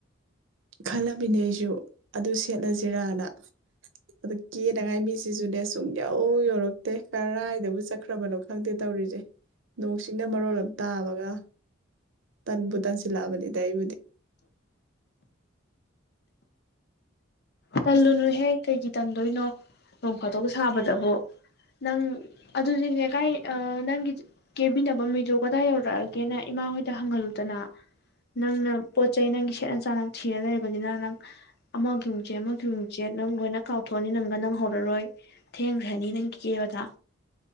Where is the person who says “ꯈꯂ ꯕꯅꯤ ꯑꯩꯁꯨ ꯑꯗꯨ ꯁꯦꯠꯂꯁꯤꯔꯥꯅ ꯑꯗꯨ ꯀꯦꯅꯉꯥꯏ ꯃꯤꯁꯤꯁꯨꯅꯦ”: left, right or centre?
Right